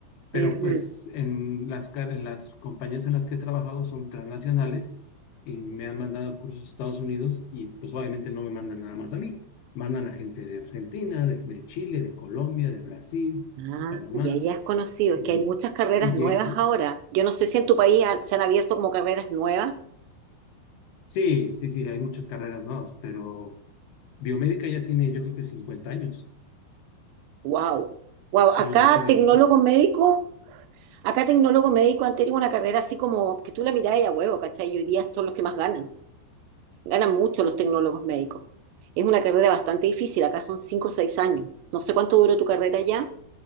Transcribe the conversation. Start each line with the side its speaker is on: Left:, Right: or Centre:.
Left: pero
Right: Ujú.
Left: pues en las, car- en las compañías en las que he trabajado son transnacionales y me han mandado cursos a Estados Unidos y pues obviamente no me mandan nada más a mí. Mandan a gente de Argentina, de, de Chile, de Colombia, de Brasil,
Right: Ah,
Left: de Panamá.
Right: y ahí has conocido,
Left: Y,
Right: es que hay muchas carreras
Left: y,
Right: nuevas
Left: he co-
Right: ahora. Yo no sé si en tu país ha- se han abierto como carreras nuevas.
Left: Sí, sí, sí, hay muchas carreras nuevas, pero biomédica ya tiene, yo creo que 50 años.
Right: Wow, wow. Acá
Left: Sí, ya tiene
Right: tecnólogo
Left: bastante.
Right: médico, acá tecnólogo médico han tenido una carrera así como que tú la mirás y a huevo, ¿cachai? Y hoy día son los que más ganan. Ganan mucho los tecnólogos médicos. Es una carrera bastante difícil, acá son 5 o 6 años. No sé cuánto duró tu carrera ya,